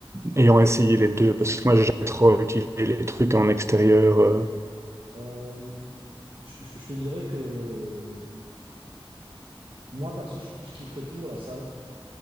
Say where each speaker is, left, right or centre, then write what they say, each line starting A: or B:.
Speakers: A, on the right; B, on the right.
A: ayant essayé les deux? Parce que moi j'ai jamais trop utilisé les trucs en extérieur. euh,
B: euh, je, je- je te dirais que euh, moi, perso, je, je kifferais toujours la salle.